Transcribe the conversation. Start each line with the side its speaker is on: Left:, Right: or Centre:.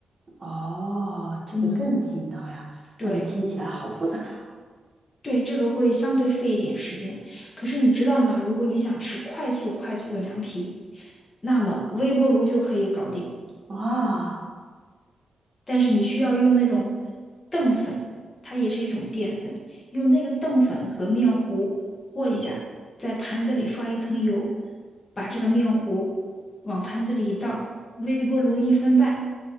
Right: 哦，这个更劲道呀，
Left: 嗯，对。
Right: 但是听起来好复杂哟。
Left: 对，这个会相对费一点时间。可是你知道吗？如果你想吃快速快速的凉皮，那么微波炉就可以搞定。
Right: 哇
Left: 但是你需要用那种淀粉，它也是一种淀粉，用那个淀粉和面糊和一下，在盘子里刷一层油，把这个面糊往盘子里一倒，微波炉一分半，